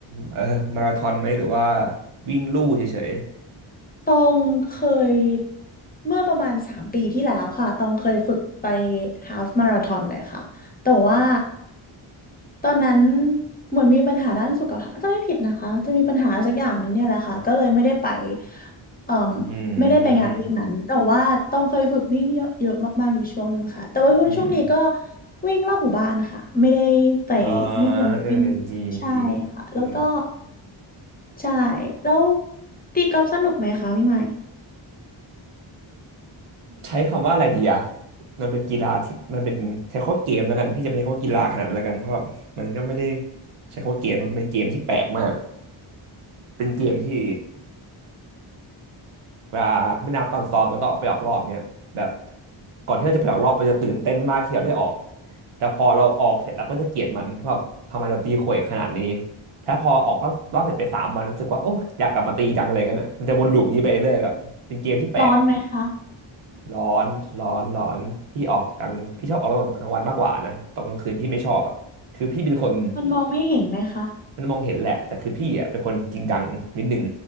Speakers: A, on the right; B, on the left.
A: เออมาราธอนไหมหรือว่าวิ่งลู่เฉย
B: ตองเคยเมื่อประมาณสามปีที่แล้วค่ะตองเคยฝึกไปฮาล์ฟมาราธอนเลยค่ะแต่ว่าตอนนั้นเหมือนมีปัญหาด้านสุขภาพจะไม่ผิดนะคะจะมีปัญหาสักอย่างหนึ่งเนี่ยแหละค่ะก็เลยไม่ได้ไปเอ่อ
A: ๆอื
B: ไม่ได้ไปงานวิ่งนั้นแต่ว่าต้องเคยฝึกวิ่งเยอะเยอะมากๆอยู่ช่วงหนึ่งค่ะแต่ว่าช่วงช่วงนี้ก็
A: มอืม
B: วิ่งรอบหมู่บ้านค่ะไม่ได้ไป
A: อ่า
B: วิ่งบนลู่วิ่งจริงใช่ค่ะ
A: เออดีดี
B: แล้วก็
A: ดีแล้ว
B: ใช่แล้วตีกอล์ฟสนุกไหมคะพี่ใหม่
A: ใช้คำว่าอะไรดีอะมันเป็นกีฬาที่มันเป็นใช้คำว่าเกมแล้วกันพี่จะไม่ใช้คำว่ากีฬาขนาดนั้นแล้วกันเพราะมันก็ไม่ได้ใช้คำว่าเกมมันเป็นเกมที่แปลกมากเป็นเกมที่เวลาไม่นับตอนซ้อมมันต้องออกไปออกรอบเงี้ยแบบก่อนที่เราจะไปออกรอบเราจะตื่นเต้นมากที่เราได้ออกแต่พอเราออกเสร็จเราก็จะเกลียดมันว่าทำไมเราตีข่วยขนาดนี้ถ้าพอออกรอบรอบเสร็จไปสามวันรู้สึกว่าโอ้ยอยากกลับมาตีจังอะไรกันอ่ะมันจะวนลูปอย่างนี้ไปเรื่อยแบบเป็นเกมที่แปลก
B: ร้อนไหมคะ
A: ร้อนร้อนร้อนพี่ออกกลางพี่ชอบออกตอนกลางวันมากกว่านะตอนกลางคืนพี่ไม่ชอบอ่ะคือพี่เป็นคน
B: มันมองไม่เห็นไหมคะ
A: มันมองเห็นแหละแต่คือพี่อ่ะเป็นคนจริงจังนิดนึง